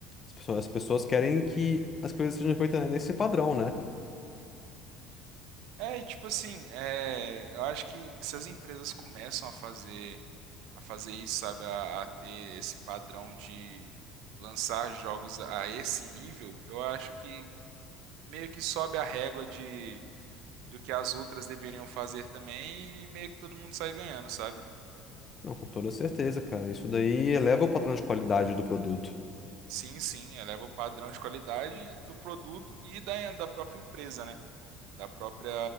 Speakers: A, on the left; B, on the right.
A: as pessoas, as pessoas querem que as coisas sejam feitas nesse padrão, né?
B: É, e tipo assim, é, eu acho que se as empresas começam a fazer a fazer isso, sabe, a, a ter esse padrão de lançar jogos a esse nível, eu acho que meio que sobe a régua de do que as outras deveriam fazer também e meio que todo mundo sai ganhando, sabe?
A: Não, com toda certeza, cara. Isso daí eleva o padrão de qualidade do produto.
B: Sim, sim, eleva o padrão de qualidade do produto e da, da própria empresa, né? Da própria,